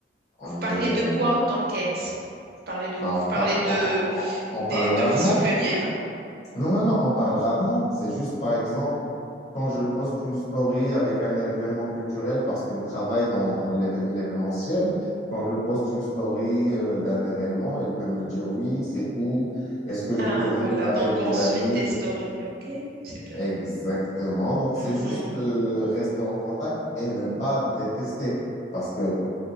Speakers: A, on the left; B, on the right.
A: on
B: vous parlez
A: est, euh,
B: de quoi autant qu'ex? Vous parlez de,
A: bah,
B: vous
A: on,
B: parlez
A: par-
B: de,
A: on on- on- on
B: des-
A: parle
B: de,
A: rarement.
B: vos souvenirs?
A: Non, non, non, on parle rarement. C'est juste, par exemple, quand je poste une story avec un événement culturel, parce que je travaille dans l'éve- l'événementiel, quand je poste une story euh, d'un événement, elle peut me dire oui, c'est où, est-ce que je
B: Ah,
A: peux venir
B: voilà,
A: avec
B: donc
A: des
B: on suit
A: amis?
B: tes stories, ok? C'est bien.
A: Exactement. Donc,
B: Mhm.
A: c'est juste euh, rester en contact et ne pas détester. Parce que